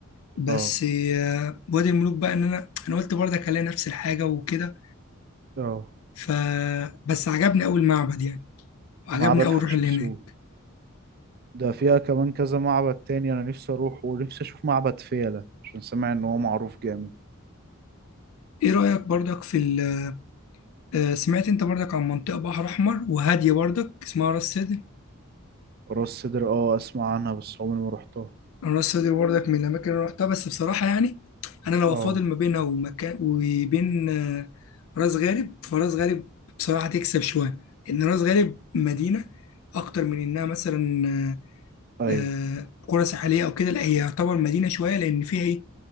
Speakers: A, on the left; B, on the right.
A: بس
B: اه
A: آه، وادي الملوك بقى إن أنا أنا قلت برضك هلاقي نفس الحاجة وكده
B: اه
A: ف بس عجبني أوي المعبد يعني وعجبني
B: معبد
A: أوي
B: حتشبسوت
A: الروح اللي هناك
B: ده فيها كمان كذا معبد تاني انا نفسي اروح ونفسي اشوف معبد فيلة عشان سامع ان هو معروف جامد
A: إيه رأيك برضك في ال... آه، سمعت أنت برضك عن منطقة بحر أحمر وهادية برضك اسمها راس سدر
B: راس سدر اه اسمع عنها بس عمري ما رحتها
A: انا راس سدر برضك من الاماكن اللي رحتها بس بصراحه يعني انا لو
B: اه
A: افاضل ما بينها ومكان وبين آه، راس غارب فراس غارب بصراحه تكسب شويه ان راس غارب مدينه اكتر من انها مثلا
B: ايوه
A: آه، آه، قرى ساحليه او كده لا هي يعتبر مدينه شويه لان فيها ايه